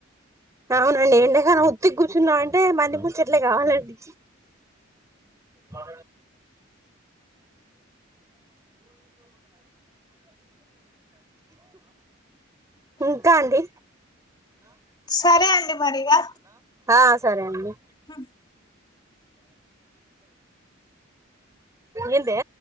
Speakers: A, on the right; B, on the left.
A: అవునండి ఎండకాలం ఉత్తికూర్చున్నాం అంటే మంది ముచ్చట్లే కావాలండి మా ఇంకా అండి
B: సరే అండి మరిగా
A: ఆ సరే అండి
B: హ
A: ఎందే